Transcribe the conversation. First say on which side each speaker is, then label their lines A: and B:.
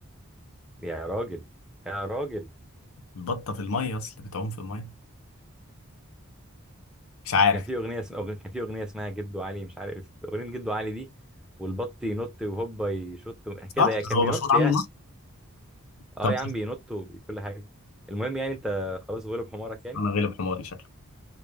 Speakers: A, in the centre; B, on the left.
A: يا راجل يا راجل
B: البطة في المية اصل بتعوم في المية مش عارف
A: ده كان في أغنية اسمها كان في أغنية اسمها جدو علي مش عارف أغنية جدو علي دي والبط ينط وهوبا يشط كده
B: صح
A: يعني كان
B: هو
A: بينط
B: مشهور عنه
A: يعني
B: ده؟
A: اه
B: طب
A: يا عم بينط وكل حاجة المهم يعني أنت خلاص غلب حمارك يعني
B: انا غالب حماري شكلي